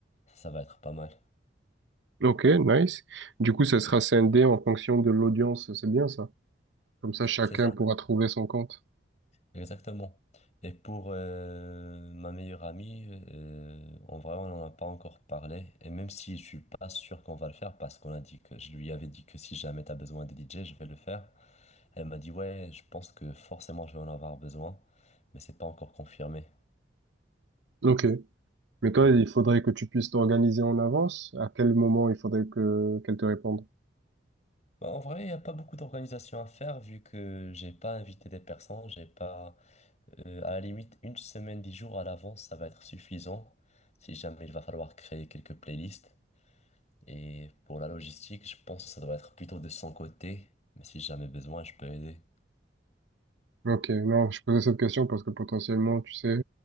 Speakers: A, on the left; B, on the right.
A: Ça va être pas mal.
B: Ok, nice. Du coup, ça sera scindé en fonction de l'audience. C'est bien ça. Comme ça, chacun
A: C'est ça,
B: pourra trouver son compte.
A: exactement. Et pour euh, ma meilleure amie, euh, en vrai, on n'en a pas encore parlé. Et même si je suis pas sûr qu'on va le faire, parce qu'on a dit que je lui avais dit que si jamais tu as besoin de DJ, je vais le faire. Elle m'a dit, ouais, je pense que forcément je vais en avoir besoin, mais c'est pas encore confirmé.
B: Ok. Mais toi,
A: Mhm.
B: il faudrait que tu puisses t'organiser en avance. À quel moment il faudrait que qu'elle te réponde?
A: Bah, en vrai, il n'y a pas beaucoup d'organisation à faire vu que j'ai pas invité des personnes, j'ai pas. Euh, à la limite, une semaine, dix jours à l'avance, ça va être suffisant si jamais il va falloir créer quelques playlists. Et pour la logistique, je pense que ça doit être plutôt de son côté, mais si jamais besoin, je peux aider.
B: Ok, non, je posais cette question parce que potentiellement, tu sais,